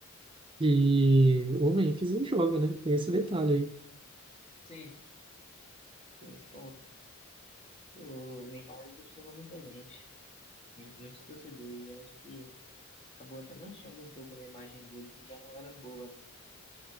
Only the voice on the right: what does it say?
E o Memphis não joga, né? Tem esse detalhe aí.